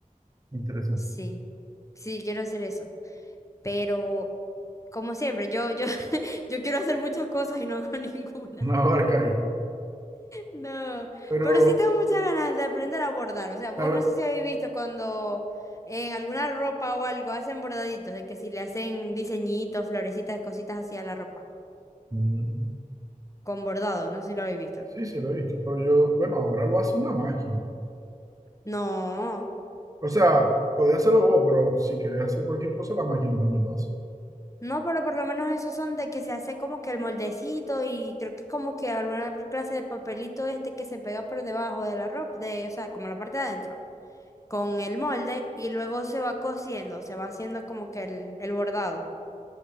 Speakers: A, on the right; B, on the left.
A: interesante.
B: Sí,
A: <laughs>
B: sí, quiero hacer eso. Pero, como siempre, yo, yo, <laughs> yo quiero hacer muchas cosas y no hago <laughs> ninguna.
A: No abarca ahí.
B: No,
A: Pero,
B: pero sí tengo muchas ganas de aprender a bordar. O sea, vos
A: a ver,
B: no sé si habéis visto cuando en alguna ropa o algo hacen bordaditos, de que si le hacen diseñitos, florecitas, cositas así a la ropa,
A: mm,
B: con bordado, no sé si lo habéis visto.
A: sí, sí, lo he visto, pero yo, bueno, ahora lo hace una máquina.
B: No,
A: O sea, podés hacerlo vos, pero si querés hacer cualquier cosa, la máquina también lo hace.
B: no, pero por lo menos esos son de que se hace como que el moldecito y creo que como que alguna clase de papelito este que se pega por debajo de la ropa, de, o sea, como la parte de adentro, con el molde y luego se va cosiendo, se va haciendo como que el, el bordado.